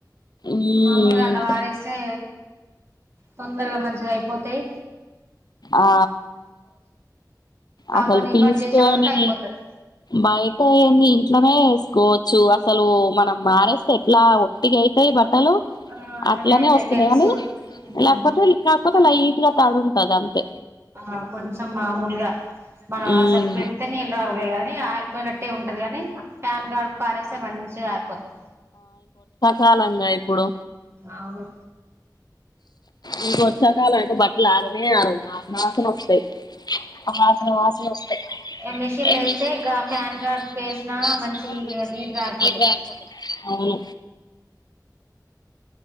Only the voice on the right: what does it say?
మామూలుగా అన్న వారేసే తొందరగా మంచిగా అయిపోతయ్
ఆ
పని ఈ
పని చేసే వరకు అయిపోతుంది
ఆ, అట్లనే
అయితే
తెలుసు
ఉమ్.
ఆ కొంచం మామూలుగా మనం
అసలు పెడితే నీళ్ళు రావలే గాని ఆరిపోయినట్టే ఉంటది గాని ప్యాన్ గాల్పుకి ఆరేసే మంచిగా ఆరిపోతయ్
అవును
ఏ మిషన్లు వేస్తే
గాడుపు
వేసినా
ఇగ
నీట్ గా ఆరిపోతాయి